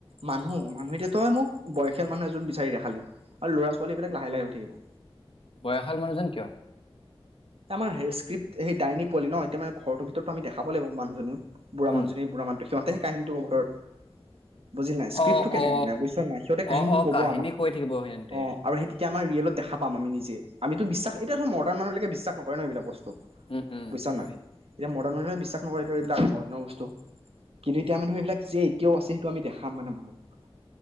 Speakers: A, on the right; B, on the left.
A: মানুহ মানুহ এতিয়া তই মোক বয়সীয়াল মানুহ এজন বিচাৰি দে খালি আৰু ল'ৰা ছোৱালী বিলাক লাহে লাহে হৈ থাকিব
B: বয়সাল মানুহজন কিয়
A: আমাৰ স্কিপ্ট সেই ডাইনী পোৱালি ন এতিয়া মানে ঘৰটোৰ ভিতৰতো আমি দেখাব লাগিব মানুহজনী বুঢ়া
B: উম
A: মানুহজনী বুঢ়ামানুহটো সিমান সেই কাহিনীটো <inaudible> বুজিল নাই স্ক্ৰীপটো
B: অ
A: কেনেকা
B: অ
A: মানে বুইছ নে নাই সিহতে কাহিনীটো
B: অ অ
A: ক'ব
B: কাহিনী
A: আমাৰ
B: কৈ থাকিব সিহঁতে
A: অ আৰু সেই তেতিয়া আমাৰ ৰীয়েলত দেখা পাম আমি নিজে আমিতো বিশ্বাস এতিয়াটো মডাৰ্ণ মানুহ লেকে বিশ্বাস নকৰে ন এইবোৰ বস্তু
B: উম উম
A: বুজিছা
B: হয়
A: নাই। এতিয়া মানুহে বিশ্বাস নকৰে ধৰিবিলা ধৰনৰ বস্তু কিন্তু এতিয়া ম <inaudible> ধ এইবাক যে এয়াও আছে সেইটোমি দেখা খাম মানে মানুহক